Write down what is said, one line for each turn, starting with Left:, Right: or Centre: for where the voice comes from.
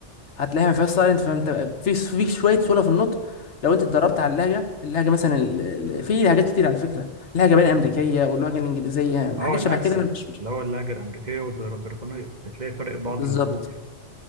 Left: هتلاقيها ما فيهاش سايلنت فانت في في شويه سهوله في النطق لو انت اتدربت على اللهجه اللهجه مثلا ال... ال- في لهجات كتير على فكره لهجه بين امريكيه
Right: تمام
Left: واللهجه الانجليزيه
Right: اه
Left: حاجات
Right: الاكسنت
Left: شبه كده انا مش مش
Right: اللي هو اللهجة الأمريكية والبريطانية هتلاقي فرق بعض
Left: بالظبط
Right: الحروف